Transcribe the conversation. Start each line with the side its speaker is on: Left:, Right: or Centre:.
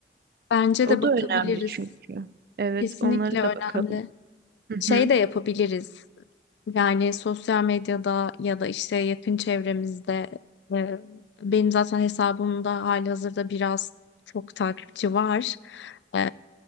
Left: Bence
Right: O
Left: de bakabiliriz.
Right: da önemli çünkü. Evet,
Left: Kesinlikle
Right: onlara da
Left: önemli.
Right: bakalım. Hı
Left: Şey
Right: hı.
Left: de yapabiliriz. Yani sosyal medyada ya da işte yakın çevremizde e, benim zaten hesabımda halihazırda biraz çok takipçi var. E,